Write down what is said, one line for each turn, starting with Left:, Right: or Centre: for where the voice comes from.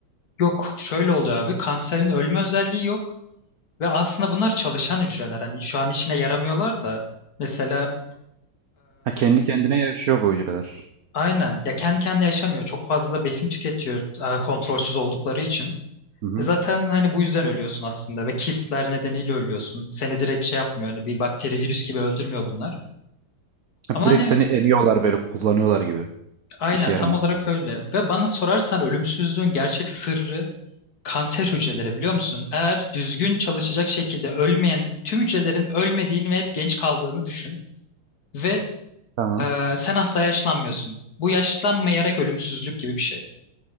Left: Yok şöyle oluyor abi. Kanserin ölme özelliği yok. Ve aslında bunlar çalışan hücreler. Hani şu an işine yaramıyorlar da. Mesela
Right: Ha kendi kendine yaşıyor bu hücreler.
Left: Aynen. Ya kendi kendine yaşamıyor. Çok fazla da besin tüketiyor e, kontrolsüz oldukları için.
Right: Hı hı.
Left: E Zaten hani bu yüzden ölüyorsun aslında ve kistler nedeniyle ölüyorsun. Seni direkt şey yapmıyor. Hani bir bakteri, virüs gibi öldürmüyor bunlar.
Right: Ha,
Left: Ama hani
Right: Direkt seni emiyorlar böyle kullanıyorlar gibi.
Left: aynen
Right: İşe yaramadı.
Left: tam olarak öyle. Ve bana sorarsan ölümsüzlüğün gerçek sırrı kanser hücreleri biliyor musun? Eğer düzgün çalışacak şekilde ölmeyen tüm hücrelerin ölmediğini ve hep genç kaldığını düşün. Ve
Right: tamam
Left: e, sen asla yaşlanmıyorsun. Bu yaşlanmayarak ölümsüzlük gibi bir şey.